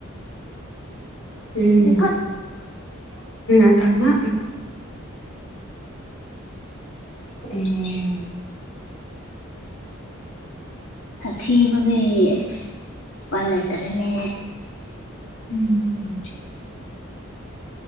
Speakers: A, on the left; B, on the left.
A: ꯎꯝ ꯑꯇꯃꯥ꯫ ꯎꯝ꯫
B: ꯁꯥꯊꯤꯕꯒꯤ ꯑꯁ ꯄꯥꯏ ꯂꯩꯇꯔꯦꯅꯦ꯫
A: ꯎꯝ꯫